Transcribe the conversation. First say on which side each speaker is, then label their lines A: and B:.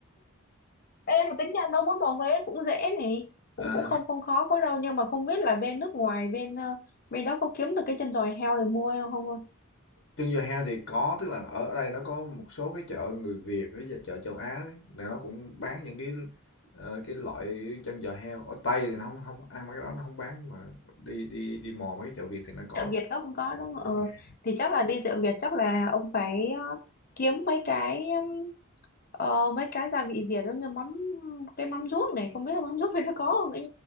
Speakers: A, on the left (about 45°); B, on the left (about 60°).
A: Ê, mà tính ra nấu món bò Huế cũng dễ nè.
B: À,
A: Cũng cũng không không khó quá đâu nhưng mà không biết là bên nước ngoài bên ờ, bên đó có kiếm được cái chân giò heo để mua không không? ơi?
B: Trưng giò heo thì có, tức là ở đây nó có một số cái chợ người Việt với chợ châu Á đấy, là nó cũng bán những cái ờ, cái loại chân giò heo. Ở Tây thì nó không không ăn mấy cái đó nó không bán nhưng mà đi đi đi mò mấy cái chợ Việt thì nó có.
A: Chợ Việt đó không có đúng không?
B: đúng
A: Ờ,
B: rồi
A: thì chắc là đi chợ Việt chắc là ông phải ờ, kiếm mấy cái ừm, ờ, mấy cái gia vị Việt giống như mắm cái mắm ruốc này không biết là mắm ruốc bên đó có không ấy